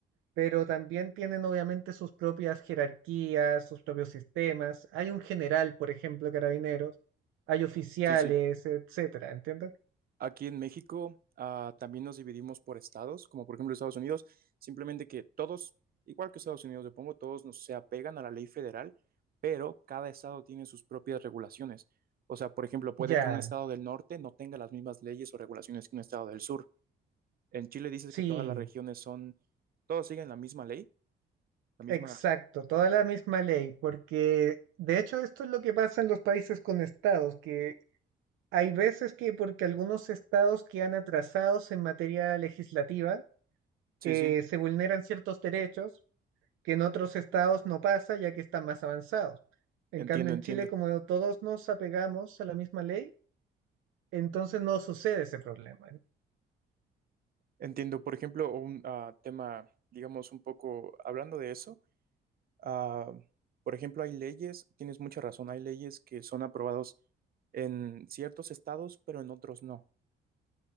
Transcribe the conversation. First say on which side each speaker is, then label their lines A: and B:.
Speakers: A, on the right; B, on the right.
A: pero también tienen obviamente sus propias jerarquías, sus propios sistemas. Hay un general, por ejemplo, de Carabineros, hay oficiales,
B: sí, sí.
A: etcétera, ¿entiendes?
B: Aquí en México, ah, también nos dividimos por estados, como por ejemplo Estados Unidos, simplemente que todos, igual que Estados Unidos, supongo, todos nos- se apegan a la ley federal, pero cada estado tiene sus propias regulaciones. O sea, por ejemplo, puede
A: Ya,
B: que un estado del norte no tenga las mismas leyes o regulaciones que un estado del sur. En Chile dices
A: sí,
B: que todas las regiones son, todos siguen la misma ley, la misma...
A: exacto, toda la misma ley, porque de hecho esto es lo que pasa en los países con estados, que Hay veces que porque algunos estados quedan atrasados en materia legislativa,
B: Sí,
A: eh,
B: sí,
A: se vulneran ciertos derechos que en otros estados no pasa ya que están más avanzados. En
B: entiendo,
A: cambio, en
B: entiendo.
A: Chile, como todos nos apegamos a la misma ley, entonces no sucede ese problema.
B: Entiendo, por ejemplo, un ah, tema, digamos, un poco hablando de eso. Ah, por ejemplo, hay leyes, tienes mucha razón, hay leyes que son aprobados en ciertos estados, pero en otros no.